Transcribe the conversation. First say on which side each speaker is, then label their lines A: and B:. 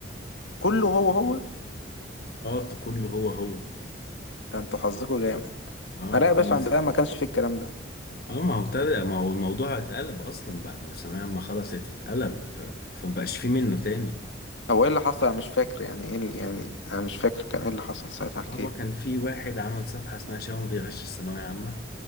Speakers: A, on the left; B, on the left.
A: كله هو هو
B: اه كله هو هو
A: ده انتوا حظكوا جامد
B: اه
A: لا يا باشا
B: انا
A: عندنا ما كانش فيه الكلام ده
B: اه ما هو ابتدى ما هو الموضوع اتقلب اصلا بعد ما ثانوية عامة خلصت اتقلب فما بقاش فيه منه تاني
A: هو ايه اللي حصل انا مش فاكر يعني ايه اللي يعني انا مش فاكر كان ايه اللي حصل ساعتها احكي
B: هو
A: لي
B: كان في واحد عمل صفحة اسمها شاومي بيغش الثانوية عامة